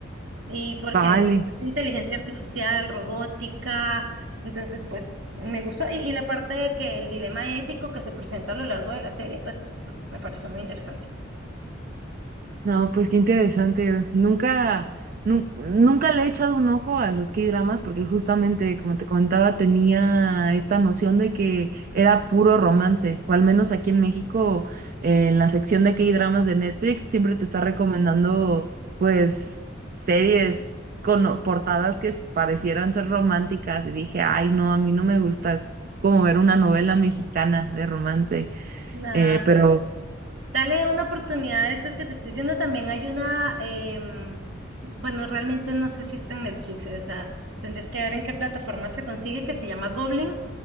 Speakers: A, on the right; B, on the right.
A: y porque
B: vale.
A: es inteligencia artificial, robótica, entonces pues me gustó. Y, y la parte de que el dilema ético que se presenta a lo largo de la serie, pues me pareció muy interesante.
B: No, pues qué interesante. Nunca, nu- nunca le he echado un ojo a los K-dramas porque justamente, como te comentaba, tenía esta noción de que era puro romance, o al menos aquí en México, eh, en la sección de K-dramas de Netflix, siempre te está recomendando, pues, series con o- portadas que s- parecieran ser románticas y dije, ay, no, a mí no me gusta, es como ver una novela mexicana de romance,
A: Nada,
B: Eh, pero,
A: pues dale una oportunidad a estas que te estoy diciendo. También hay una, em, bueno, realmente no sé si está en Netflix, o sea, tendrías que ver en qué plataforma se consigue, que se llama Goblin.